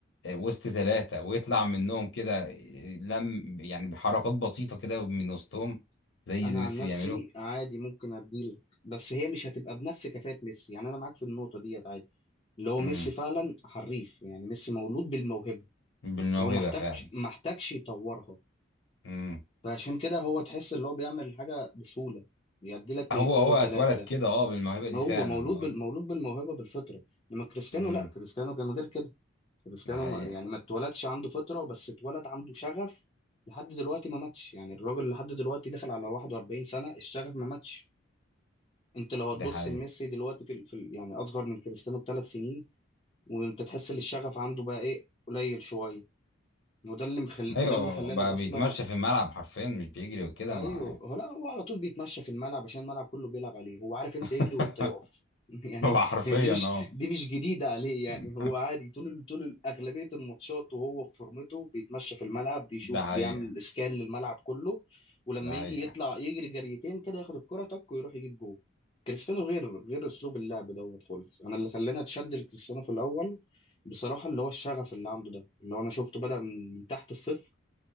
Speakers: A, on the left; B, on the left.
A: وسط ثلاثة ويطلع منهم كده لم يعني بحركات بسيطة كده من وسطهم زي
B: أنا
A: اللي
B: عن
A: ميسي
B: نفسي
A: بيعمله
B: عادي ممكن أديلك بس هي مش هتبقى بنفس كفاءة ميسي يعني أنا معاك في النقطة ديت عادي اللي هو
A: امم
B: ميسي فعلا حريف يعني ميسي مولود بالموهبة
A: بالموهبة
B: وهو محتاجش
A: فعلا
B: محتاجش يطورها
A: امم
B: فعشان كده هو تحس اللي هو بيعمل الحاجة بسهولة بيديلك من
A: هو
B: اتنين
A: هو
B: وتلاتة
A: اتولد كده اه بالموهبة دي
B: هو
A: فعلا
B: مولود
A: اه
B: بال... مولود بالموهبه بالفطره انما كريستيانو
A: امم
B: لا كريستيانو كان غير كده كريستيانو
A: ده حقيقة
B: ما... يعني ما اتولدش عنده فطره بس اتولد عنده شغف لحد دلوقتي ما ماتش يعني الراجل لحد دلوقتي داخل على 41 سنه الشغف ما ماتش انت لو هتبص
A: ده حقيقة
B: لميسي دلوقتي في, ال... في ال... يعني اصغر من كريستيانو بثلاث سنين وانت تحس ان الشغف عنده بقى ايه قليل شويه وده اللي مخل...
A: ايوه
B: ده اللي خلاني
A: بقى
B: اصلا
A: بيتمشى في الملعب حرفيا مش بيجري وكده
B: ايوه
A: ما
B: هو لا هو على طول بيتمشى في الملعب عشان الملعب كله بيلعب عليه هو عارف امتى
A: <laughs>
B: يجري وامتى يقف <laughs> يعني
A: هو حرفيا
B: دي مش
A: اه
B: دي مش جديده عليه يعني
A: <laughs> مم.
B: هو عادي طول طول اغلبيه الماتشات وهو في فورمته بيتمشى في الملعب بيشوف
A: ده حقيقة
B: بيعمل اسكان للملعب كله ولما
A: ده
B: يجي
A: حقيقة
B: يطلع يجري جريتين كده ياخد الكره تك ويروح يجيب جول كريستيانو غير غير اسلوب اللعب دوت خالص انا اللي خلاني اتشد لكريستيانو في الاول بصراحه اللي هو الشغف اللي عنده ده اللي هو انا شفته بدا من من تحت الصفر